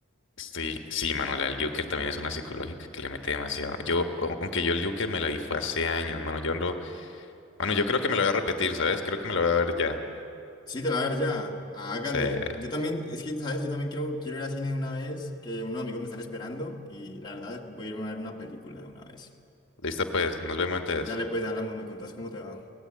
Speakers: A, on the left; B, on the left.
A: estoy, sí, Manuel, el Joker también es una psicológica que le mete demasiado. Yo, o- aunque yo el Joker me la vi fue hace años, mano, yo ando, mano, yo creo que me la voy a repetir, ¿sabes? Creo que me la voy a ver ya.
B: Sí, te la voy a ver ya. Hágale.
A: Se,
B: Yo también, es que, ¿sabes? Yo también quiero, quiero ir al cine de una vez, que unos amigos me están esperando y la verdad voy a irme a ver una película de una vez.
A: listo pues, nos vemos entonces.
B: Dale, pues, hablamos, me contás cómo te va.